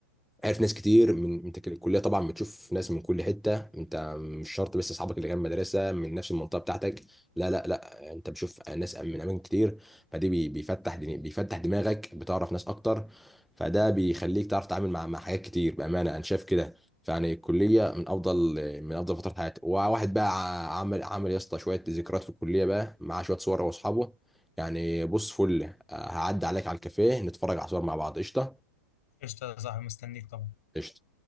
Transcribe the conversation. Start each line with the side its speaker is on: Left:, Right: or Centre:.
Centre: عارف ناس كتير من انت كده الكليه طبعا بتشوف ناس من كل حته انت مش شرط بس اصحابك اللي جنب مدرسه من نفس المنطقه بتاعتك لا لا لا انت بتشوف ناس من اماكن كتير فدي بي- بيفتح دي- بيفتح دماغك بتعرف ناس اكتر فده بيخليك تعرف تتعامل مع مع حاجات كتير بامانه انا شايف كده فيعني الكليه من افضل من افضل فترات حياتي وواحد بقى ع- عمل عمل يا اسطى شويه ذكريات في الكليه بقى مع شويه صور هو واصحابه يعني بص فل هعدي عليك على الكافيه نتفرج على صور مع بعض قشطه
Left: قشطة يا صاحبي مستنيك طبعا
Centre: قشطه